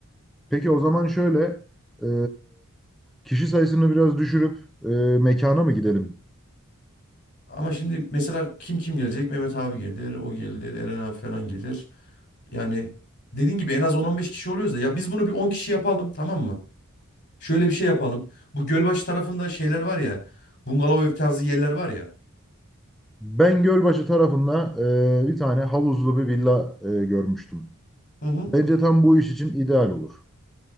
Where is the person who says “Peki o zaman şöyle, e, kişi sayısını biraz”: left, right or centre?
Centre